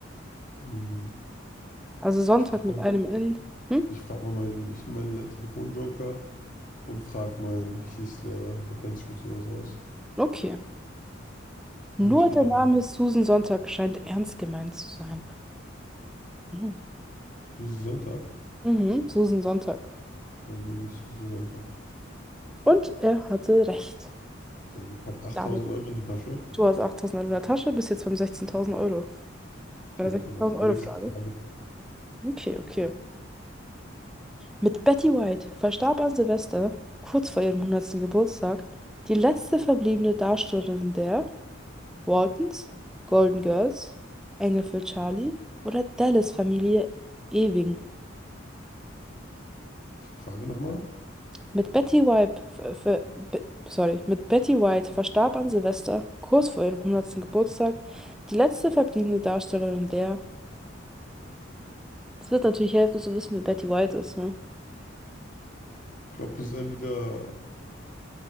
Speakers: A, on the left (about 45°); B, in the centre.
A: Hm,
B: Also Sonntag
A: Ich frage
B: mit
A: mal,
B: einem N. Hm?
A: ich frag mal meinen, ich nehme meinen Le- Telefonjoker und frage meinen Geschichtslehrer. Der kennt sich mit sowas aus.
B: Okay. Nur
A: Hoffentlich geht
B: der
A: er
B: Name
A: ein.
B: Susan Sonntag scheint ernst gemeint zu sein. Mhm.
A: Susi Sonntag.
B: Mhm. Susan Sonntag.
A: Dann nehme ich Susan Sonntag.
B: Und er hatte recht.
A: Sehr gut. Hab 8000
B: Damit.
A: Euro in der Tasche.
B: Du hast 8.900 in der Tasche, bist jetzt beim 16.000 Euro.
A: Okay,
B: Bei der
A: okay,
B: 16.000
A: was ist die
B: Euro
A: nächste
B: Frage.
A: Frage?
B: Okay, okay. Mit Betty White verstarb an Silvester, kurz vor ihrem hundertsten Geburtstag, die letzte verbliebene Darstellerin der Waltons, Golden Girls, Engel für Charlie oder Dallas-Familie Ewing.
A: Die Frage nochmal.
B: Mit Betty White, ver- ver- be, sorry, mit Betty White verstarb an Silvester, kurz vor ihrem hundertsten Geburtstag, die letzte verbliebene Darstellerin der Es wird natürlich helfen zu wissen, wer Betty White ist. Ne?
A: Ich glaube, es ist entweder